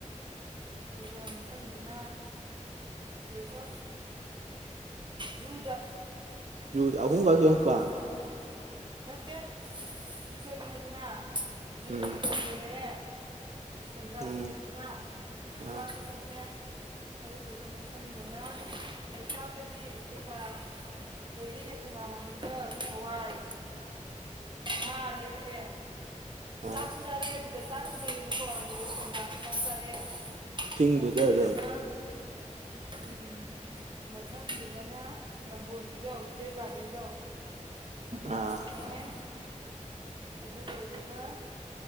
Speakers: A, on the right; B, on the right.
A: ꯑꯗꯨꯒ ꯃꯊꯪꯗꯅ ꯀꯩꯗꯣ ꯖꯨꯗ
B: ꯌ ꯑꯍꯨꯝ ꯀ ꯌꯦꯡꯄ
A: ꯖꯨ ꯆꯪ ꯅꯠꯇꯦ ꯌꯨꯁꯗꯅ ꯌꯖꯨꯗ
B: ꯎꯝ
A: ꯄꯔꯦꯦ ꯁꯦꯟꯗ꯭ꯔꯥ
B: ꯎꯝ
A: ꯆꯠꯂꯦꯗꯅ ꯍꯣꯛꯇꯥꯛꯗ
B: ꯑꯥ
A: ꯆꯠꯂꯦ ꯑꯗꯨꯗꯨꯒ ꯃꯊꯪꯗꯅ ꯂꯣꯛꯇꯥꯛꯇꯗꯤ ꯀꯩꯀꯥ ꯂꯩꯔꯛꯑꯦ ꯑꯩꯈꯅꯥꯃ ꯍꯦꯛꯀꯛ ꯊꯋꯥꯏ ꯃꯥ ꯂꯩꯔꯦ
B: ꯑꯥ
A: ꯁꯥꯠꯔꯤ ꯁꯔꯦ ꯁꯁ ꯅ ꯁꯗꯗ ꯁꯣ ꯁꯁ ꯑꯔꯦ
B: ꯆꯤꯡꯗꯨꯗ
A: ꯃꯊꯪꯗꯅ
B: ꯑꯗꯨꯝ
A: ꯎꯝ ꯃꯊꯪꯗꯨꯗꯅ ꯅꯝꯕꯣꯣꯟꯒꯤꯗꯣ ꯖꯦꯠ ꯒꯥꯔꯗꯦꯟꯗꯣ ꯑꯗ
B: ꯑꯥ
A: ꯁꯗꯦꯅꯦꯦ ꯑꯗꯨ ꯂꯣꯏꯔꯒ